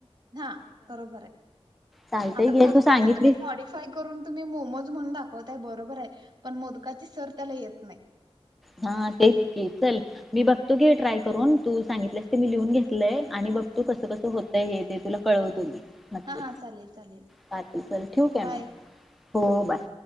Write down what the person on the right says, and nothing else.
हां बरोबर आहे.
आता
मोदकाचं
तुम्ही मॉडीफाय करून, तुम्ही मोमज म्हणून दाखवतयं बरोबर हाय, पण मोदकाची सर त्याला येत नाय,
हां हां चालेल, चालेल,
बाय.